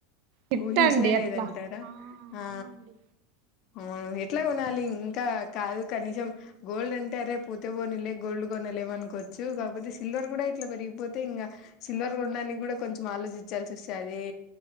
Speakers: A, on the right; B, on the left.
A: హిట్టండి
B: ఊహించనే లేదంటారా
A: అట్లా ఆ
B: ఆ
A: అవునండి
B: అవును ఎట్లా కొనాలి ఇంకా కాదు కనీసం గోల్డ్ అంటే అరే పోతే పోనీలే గోల్డ్ కొనలేమనుకోవచ్చు, కాకపోతే సిల్వర్ కూడా ఇట్లా పెరిగిపోతే ఇంగా సిల్వర్ కొనడానికి కూడా కొంచెం ఆలోచించాల్సి వస్తాది.